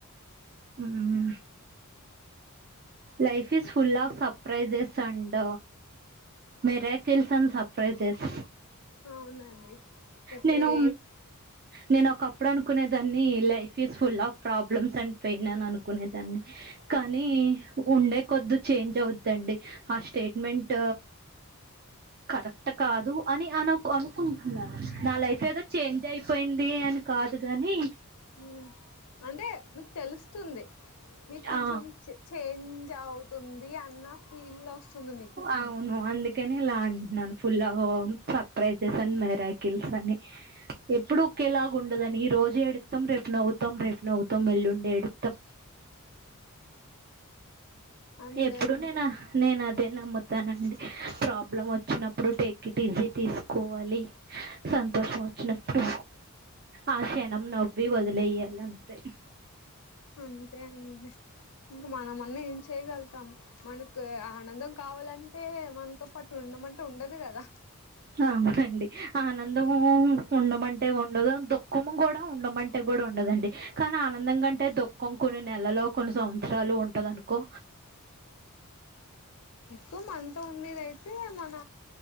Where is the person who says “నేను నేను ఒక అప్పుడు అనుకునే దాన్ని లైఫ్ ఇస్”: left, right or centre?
Right